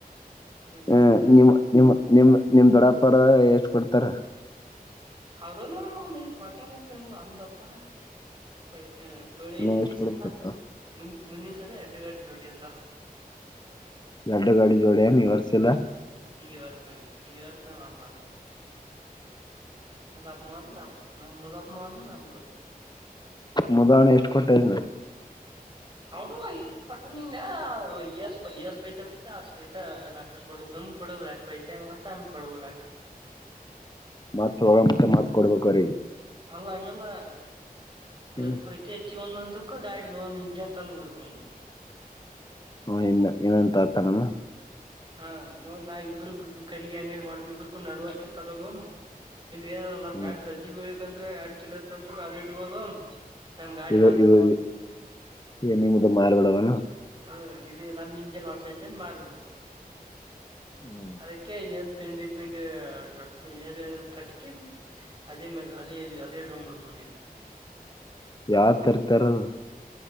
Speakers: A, on the right; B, on the left.
A: ಏನ್
B: ಹ
A: ಮತ್ತ
B: ನಿಮ್ಮ ನಿಮ್ಮ ನಿಮ ನಿಮ್ ದೊಡ್ಡಪ್ಪರ ಎಷ್ಟ ಕೊಡ್ತಾರ
A: ಅವ್ರನು ಒಂದ್ ಐದ್ ಕೊಟ್ಟಲತನು ಅಂದಪ್ಪ ಪೈ ಹ ತೋಳಿ
B: ಇನ್ನ
A: ಮುಂದಿನ
B: ಎಷ್ಟ್ ಕೊಡ್ಬೇಕತ್ತ
A: ಸಲಾ ಮು ಮುಂದಿನ ಸರಿ ಎಡ್ಡು ಗಾಡಿ ಜೋಡಿತ ಮತ್ತ
B: ಯಾಡು ಗಾಡಿ ಜೋಡ ಏನ ಇ ವರ್ಷೆಲ್ಲ
A: ಈ ವರ್ಷಿಲ್ಲ ಈ ವರ್ಷ ನಮ್ಮ ಅಮ್ಮೀಲ್ಲ ಮುದಪ್ ಮಾವಾದೂ ನಮ್ಮದ ಮುದಪ್ ಮಾವಾದೂ ನಮ್ಮದು
B: ಮುದಾಹರಣೆ ಎಷ್ಟು ಕೊಟ್ಟಿದ್ದ
A: ಅವನು ಇಷ್ಟ ಕೊಟ್ಟ ಬಂದಿನ ಪಟ್ಟಸ್ಸ್ ಎಷ್ಟ ಬೈತತಾ ಅಷ್ಟ ಬೈತತಾ ಕೊಡು ಸುಮ್ಮ ಕೊಡು ಯಾಕ್ ಬೈತಿಯ ಮತ್ತ ಅವಗ ಕೊಡೋದ ಯಾಕ್
B: ಮತ್ತ ಹೊಗಾತಲೇ ಮತ್ತ ಕೊಡಬೇಕ ಅವರಿಗೆ
A: ಅಲ್ಲ ಅಂಗಲ್ಲ ಇದು
B: ಹ್ಮ್
A: ಕೊಯತ ಅಚ್ಚಿ ಒಂದ ತುಕ್ಕ ಗಾಡಿದ ನ ಒಂದ ಇಂಜಿನ್ ತಂದ ಬಿಡತನಿ
B: ಹ ಇನ್ನ ಏನ ಅಂತ ಆತನಮ್ಮ
A: ಹಾ ನೋಡ ನಾ ಇಬ್ರ ಇಬ್ ಕಡಿ ಹೆಂಗರಾ ಮಾಡುತಿದ್ದು ಇಬ್ರ ಕೂಡ ನಡವ ಅಕಿತಲ್ಲ ಅದು ಇ ಏನು ನಮ್
B: ಹ್ಮ್
A: ಗಾಡಿ ಸಜ್ಜ ಬೀಳಕ್ ಅಂತ ಗಾಡಿ ಚುಲೋ ಇಂತ ಅಂತ ಅದ್ ಇಡ್ಬೋದು ನಮ್ಮ ಗಾಡಿ
B: ಇದು
A: ಮಾರಿಬಿಡ
B: ಇದು ಇ ನಿಮ್ದ ಮಾರಿಬಿಡೋಣ ಏನ
A: ಹಾ ಇದು ನಮ್ಮ ಇಂಜನ್ ಹೊಸ ಇಂಜನ್ ಮಾರಿ ಬಿಡೋದ
B: ಹ್ಮ್
A: ಅದಕ್ಕೆ ಏ... ತಿಂಡಿ ಪಿಂಡಿ ಏನ ಹೇಳಿರು... ಕಟ್ಟಿಕೊ ಅದೇ ಮೇಲೆ ಅದೇ ಅದೇ ಇಟಕೊಂಡ್ಬಿಡೋದ ಮ... <inaudible>
B: ಯಾರ್ ತರ್ತಾರೋ